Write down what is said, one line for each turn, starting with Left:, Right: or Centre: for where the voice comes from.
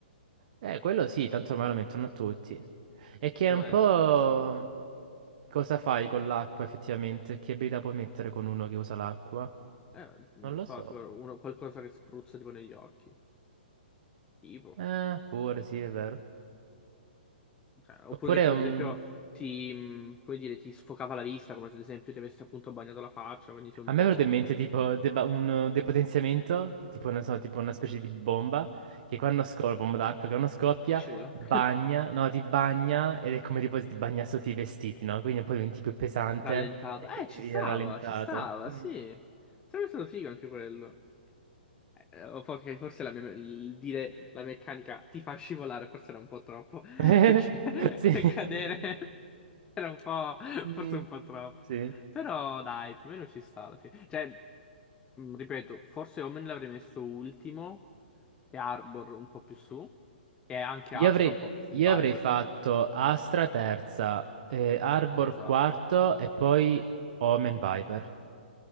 Right: Eh, quello sì, tanto ormai lo mettono a tutti. E che
Left: poteva
Right: è un po'
Left: starci.
Right: cosa fai con l'acqua effettivamente? Che abilità puoi mettere con uno che usa l'acqua?
Left: Eh, non
Right: Non lo
Left: so,
Right: so.
Left: tipo uno- qualcosa che spruzza tipo negli occhi, tipo.
Right: Eh, pure sì, è vero.
Left: Cioè, oppure
Right: Oppure
Left: che tipo
Right: mm,
Left: ad esempio ti, mh, come dire, ti sfocava la vista, come se ad esempio ti avesse appunto bagnato la faccia, quindi sei
Right: A
Left: un
Right: me
Left: po'
Right: è venuto in mente tipo deba- un uh, depotenziamento, tipo, non so, tipo una specie di bomba, che quando scoppia, bomba d'acqua, che quando scoppia,
Left: scivola,
Right: bagna,
Left: <laughs>
Right: no, ti bagna ed è come tipo se ti bagna sotto i vestiti, no? Quindi un po' diventi più pesante
Left: rallentato.
Right: e
Left: Eh,
Right: quindi
Left: ci
Right: viene
Left: stava,
Right: rallentato.
Left: ci stava,
Right: Mm.
Left: sì. Sarebbe stato figo anche quello. Eh, o forse, forse la mia- il dire la meccanica ti fa scivolare, forse era un po' troppo, <laughs>
Right: <laughs>
Left: perché <laughs>
Right: Sì.
Left: cadere era un po',
Right: Mm,
Left: forse un po' troppo.
Right: sì.
Left: Però dai, più o meno ci sta alla fine. Cioè, Mm, Ripeto, forse Omen l'avrei messo ultimo e Arbor un po' più su e anche
Right: Io
Left: Astra
Right: avrei,
Left: un po' più su
Right: io
Left: di Viper.
Right: avrei fatto Astra terza, eh, Arbor
Left: Esatto.
Right: quarto e poi Omen Viper.